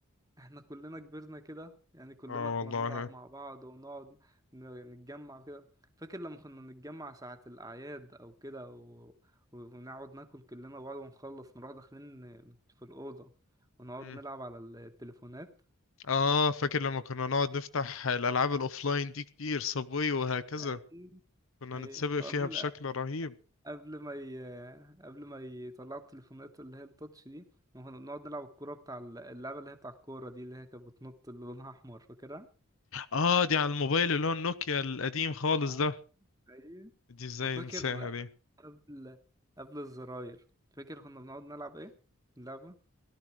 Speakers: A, on the right; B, on the left.
A: احنا كلنا كبرنا كده يعني كلنا
B: اه
A: كنا
B: والله
A: بنلعب مع بعض ونقعد ن- نتجمع كده فاكر لما كنا نتجمع ساعة الأعياد أو كده و... و- ونقعد ناكل كلنا بعض ونخلص نروح داخلين في الأوضة ونقعد
B: مم.
A: نلعب على التليفونات
B: اه فاكر لما كنا نقعد نفتح الالعاب الاوفلاين دي كتير صابوي وهكذا
A: أي
B: كنا
A: أي
B: نتسابق
A: وقبل
B: فيها بشكل رهيب
A: قبل ما ي... قبل ما يطلعوا التليفونات اللي هي التاتش دي كنا بنقعد نلعب الكورة بتاع ال- اللعبة اللي هي بتاع الكورة دي اللي هي كانت بتنط اللي لونها أحمر فاكرها؟
B: اه دي على الموبايل اللي هو النوكيا القديم خالص
A: اه
B: ده
A: أيوة
B: دي ازاي
A: وفاكر
B: ننساها دي
A: قبل قبل الزراير فاكر كنا بنقعد نلعب ايه اللعبة